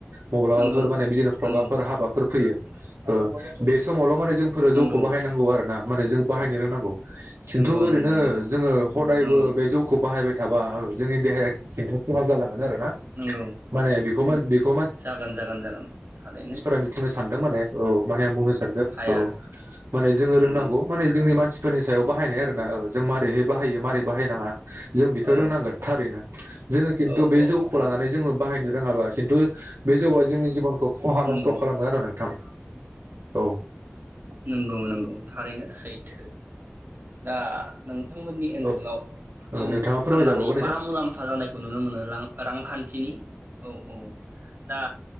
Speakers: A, on the right (about 80°); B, on the right (about 50°).
A: मब्लाबाफोर
B: नंगौ
A: माने बिदिनो प्रग्रामफोर
B: नंगौ
A: हाबाफोर फैयो ओ बे समावल' माने जोंफोरो
B: नंगौ
A: जौखौ बाहायनांगौ आरो ना। माने जों बाहायनो रोंनांगौ। खिन्थु
B: नंगौ
A: ओरैनो
B: नंगौ नंगौ
A: जोङो हदायबो
B: नंगौ
A: बे जौखौ बाहायबाय थाबा ओ जोंनि देहाया खिन्थु खहा जालां गोन आरो। हा
B: नंगौ
A: माने बेखौ मान बेखौ मान
B: जागोन जागोन जागोन थारैनो
A: मानसिफोरा बिथिंयै सानदों। दों माने औे माने आं बुंनो
B: हाया
A: औ माने जोङो
B: नंगौ
A: रोंनांगौ माने जोंनि मानसि फोरनि सायाव बाहायनाय आर ना औ जों मारैहाय बाहायो मारै बाहायनाङा जों बेखौ
B: औ
A: रोंनांगोन थारैनो जोङो खिन्थु
B: औ
A: बे
B: औ
A: जौखौ
B: औ
A: लानानै जोङो बाहायनो रोङाबा खिन्थु बे जौआ जोंनि जिबनखौ खहा नस्थ'
B: नंगौ
A: खालामगोन आरो नोंथां। औ
B: नंगौ नंगौ थारैनो सैथो। दा नोंथांमोननि ओनसोलाव
A: औ
B: जौ
A: ओ नोंथाङा फोरमायजाबावगोन
B: फाननानै
A: एसे
B: मा मुलाम्फा जानायखौ नुनो मोनो लां रांखान्थिनि? औ औ दा